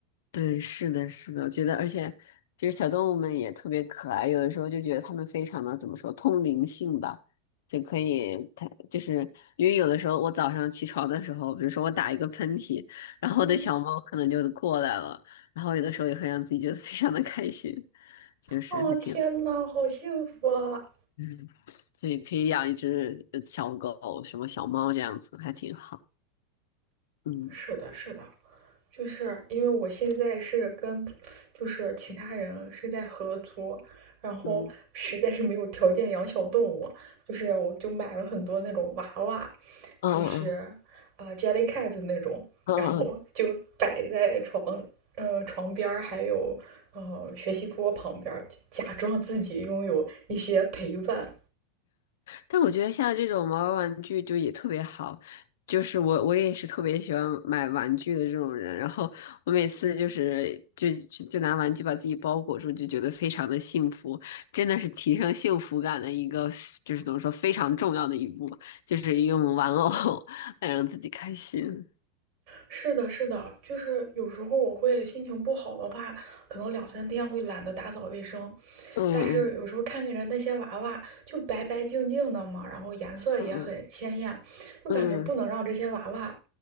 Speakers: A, on the left (about 75°); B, on the right (about 55°).
A: 对，是的，是的，我觉得，而且其实小动物们也特别可爱，有的时候就觉得它们非常的怎么说，通灵性吧，就可以，它就是因为有的时候我早上起床的时候，比如说我打一个喷嚏，然后我的小猫可能就过来了，
B: 嗯，
A: 然后有的时候也会让自己觉得非常的开心，就是还挺，
B: 哦，天呐，好幸福啊！
A: 嗯，所以可以养一只呃小狗，什么小猫这样子，还挺好，嗯
B: 是的，是的。就是因为我现在是跟就是其他人是在合租，然后实在是没有条件养小动物，
A: 嗯，
B: 就是我就买了很多那种娃娃，
A: 嗯嗯嗯
B: 就是啊、呃 Jellycat 那种，
A: 嗯嗯，
B: 然后就摆在床呃床边还有呃学习桌旁边就假装自己拥有一些陪伴。
A: 但我觉得像这种毛绒玩具就也特别好，就是我我也是特别喜欢买玩具的这种人，然后我每次就是就就就拿玩具把自己包裹住，就觉得非常的幸福，真的是提升幸福感的一个，就是怎么说非常重要的一步，就是用玩偶 <laughs> 来让自己开心。
B: 是的，是的，就是有时候我会心情不好的话，可能两三天会懒得打扫卫生。
A: 嗯
B: 但是有时候看见着那些娃娃就白白净净的嘛，然后颜色也很鲜艳，
A: 嗯嗯
B: 就感觉不能让这些娃娃，
A: 嗯嗯，